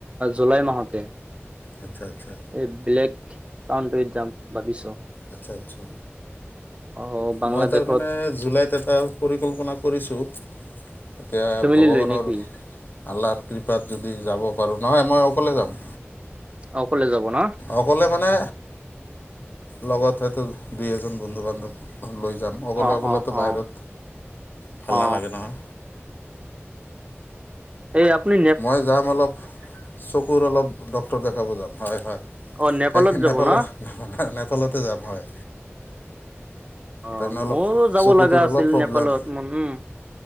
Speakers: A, on the right; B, on the left.
A: জুলাই মাহতে।
B: আচ্ছা আচ্ছা।
A: এই ব্লেক কাউণ্টিত যাম ভাবিছো।
B: আচ্ছা আচ্ছা।
A: অ বাংলাদেশত
B: মই তাৰমানে জুলাইত এটা পৰিকল্পনা কৰিছোঁ। এতিয়া
A: ফেমিলি
B: ভগৱানৰ।
A: লৈ নেকি
B: আল্লাৰ কৃপাত যদি যাব পাৰোঁ নহয় মই অকলে যাম।
A: অকলে যাব ন।
B: অকলে মানে লগত হয়তো দুই এজন বন্ধু বান্ধৱ লৈ যাম। অকলে
A: অ
B: অকলেতো
A: অ
B: বাহিৰত
A: অ
B: ভাল
A: অ
B: নালাগে নহয়।
A: এই আপনি।
B: মই যাম অলপ চকুৰ অলপ ডাক্তৰক দেখাব যাম। হয় হয়।
A: অ নেপালত
B: এই
A: যাব
B: নেপালৰ,
A: ন
B: নেপালতে যাম হয়।
A: অঁ,
B: তাৰমানে অলপ
A: মও যাব
B: চকুটোৰ
A: লগা আছিল
B: অলপ প্ৰব্লেম
A: নেপালত মান, উম।